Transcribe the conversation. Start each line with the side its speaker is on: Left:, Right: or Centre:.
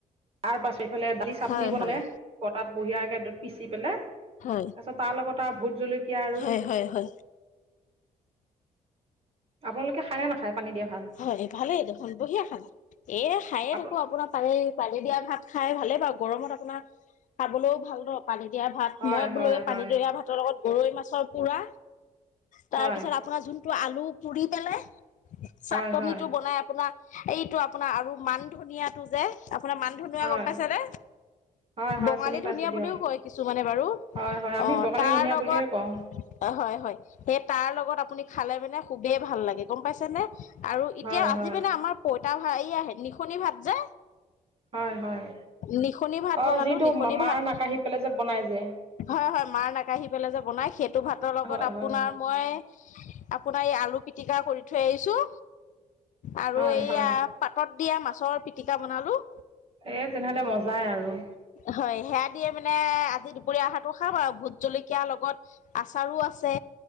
Right: তাৰ পাছত এইফালে দালি চাটনি
Left: হয়
Right: বনালে
Left: হয়
Right: বতাত বঢ়িয়াকে পিচি পেলে তাৰপিছত
Left: হয়
Right: তাৰ লগত দুটা ভোট জলকীয়া আৰু
Left: হয়, হয়, হয়।
Right: আপোনালোকে খায় নে নাখায়? পানী দিয়া ভাত
Left: হয়, ভালেই দেখোন বঢ়িয়া খানা এ খায়ে
Right: আপ
Left: থাকো আপোনাৰ পানী পানী দিয়া ভাত। খাই ভালে পাওঁ গৰমত আপোনাৰ খাবলৈও ভাল ন। পানী দিয়া ভাত,
Right: হয়
Left: মই
Right: হয়
Left: বোলো এই
Right: হয়
Left: পানী দিয়া ভাতৰ লগত গৰৈ মাছৰ পোৰা। তাৰপিছত
Right: হয়
Left: আপোনাৰ যোনটো আলু পুৰি পেলাই চাটনি
Right: হয় হয়
Left: টো বনাই আপোনাৰ এইটো আপোনাৰ আৰু মান ধনিয়াটো যে আপোনাৰ মান ধনিয়া
Right: হয়
Left: গম পাইছে নে?
Right: হয় হয়
Left: বঙালী
Right: চিনি পাইছোঁ
Left: ধুনীয়া
Right: দিয়ক
Left: বুলিওঁ কয় কিছুমানে বাৰু অ',
Right: হয় হয় আমি বঙালী
Left: তাৰ
Right: ধনিয়া
Left: লগত
Right: বুলিয়ে কওঁ
Left: হয়, হয়, সেই তাৰ লগত আপুনি খালে মানে খুবেই ভাল লাগে গম পাইছে নে? আৰু এতিয়া
Right: হয়
Left: আজি
Right: হয়
Left: মানে আমাৰ পইতা ভাত এইয়ে নিশনি ভাত যে
Right: হয়, হয়
Left: নিশনি ভাত
Right: অ',
Left: বনালো
Right: যিটো
Left: নিশনি
Right: মাৰ
Left: ভাত
Right: নাকাঢ়ি পেলাই যে বনাই যে
Left: হয়, হয় মাৰ নাকাঢ়ি পেলাই যে বনাই সেইটো ভাতৰ লগত
Right: হয়
Left: আপোনাৰ
Right: হয়
Left: মই আপোনাৰ এই আলু পিটিকা কৰি থৈ আহিছোঁ আৰু
Right: হয়
Left: এইয়া
Right: হয়
Left: পাতত দিয়া মাছৰ পিটিকা বনালোঁ।
Right: এ তেনেহলে মজাই আৰু
Left: হয় সেয়া দিয়ে মানে আজি দুপৰীয়া আহাৰটো খাম আৰু ভোত জলকীয়াৰ লগত আচাৰো আছে।